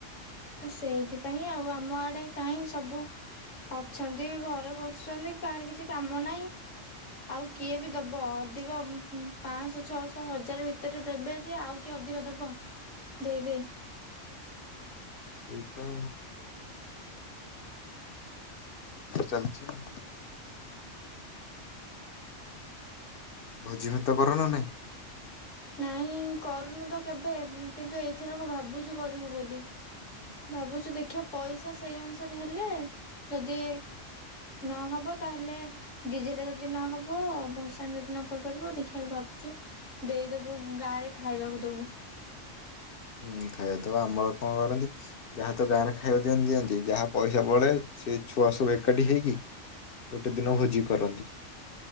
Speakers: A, on the left (about 80°); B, on the left (about 55°).
A: ତ ସେଇଥିପାଇଁ ଆଉ ଆମ ଆଡେ କାହିଁ ସବୁ ଅଛନ୍ତି ଘରେ ବସୁଛନ୍ତି କାହାର କିଛି କାମ ନାହିଁ ଆଉ କିଏ ବି ଦବ ଅଧିକ ପାଞ୍ଚଶହ ଛଅଶହ ହଜାର ଭିତରେ ଦେବେ ଯେ ଆଉ କିଏ ଅଧିକ ଦବ। ଦେଇ ଦେଇ
B: ସେଇତ ଚାଲଚି ଆଉ ଭୋଜିଭାତ କରନା ନାଇଁ।
A: ନାଇଁ କରୁନୁ ତ କେବେ କିନ୍ତୁ ଏଇଥରକ ଭାବୁଚୁ କରିବୁ ବୋଲି। ଭାବୁଚୁ ଦେଖିଆ ପଇସା ସେଇ ଅନୁସାରେ ହେଲେ ଯଦି ନହବ ତାହେଲେ ଡିଜେରେ ଯଦି ନହବ ଧସାଣି ଯଦି ନ କରିପାରିବ ଦେଖିବାକୁ ଭାବୁଛୁ ଦେଇଦବୁ ମୁୁ ଗାଁରେ ଖାଇବାକୁ ଦବୁ।
B: ହୁଁ ଖାଇବା ତ ଆମର କଣ କରନ୍ତି ଯାହା ତ ଗାଁରେ ଖାଇବାକୁ ଦିଅନ୍ତି ଦିଅନ୍ତି ଯାହା ପଇସା ବଳେ ସେଇ ଛୁଆ ସବୁ ଏକାଠି ହେଇକି ଗୋଟେ ଦିନ ଭୋଜି କରନ୍ତି।